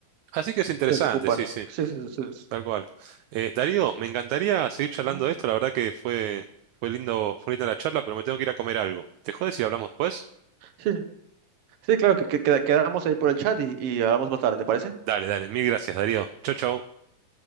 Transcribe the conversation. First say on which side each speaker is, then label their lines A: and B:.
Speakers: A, on the right (about 75°); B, on the right (about 60°).
A: Así que es interesante,
B: se desocupan,
A: sí, sí,
B: sí, sí, sí, sí.
A: tal cual. Eh, Darío, me encantaría seguir charlando
B: bueno,
A: de esto. La verdad que fue, fue lindo, fue linda la charla, pero me tengo que ir a comer algo. ¿Te jodes si hablamos después?
B: sí, sí, sí, claro, que, que- queda- quedamos ahí por el chat y, y hablamos más tarde, ¿te parece?
A: Dale, dale, mil gracias, Darío. Chau, chau.